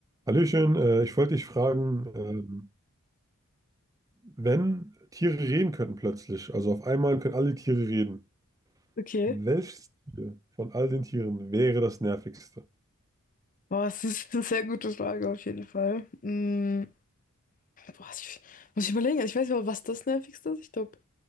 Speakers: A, on the right; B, on the left.
A: Hallöchen, äh, ich wollte dich fragen, ähm, wenn Tiere reden könnten plötzlich, also auf einmal können alle Tiere reden,
B: Okay.
A: welches Tier von all den Tieren wäre das nervigste?
B: Boah, das ist eine sehr gute Frage auf jeden Fall. Mm, boah, ich, muss ich überlegen. Also, Ich weiß nicht, was das Nervigste ist. Ich glaube,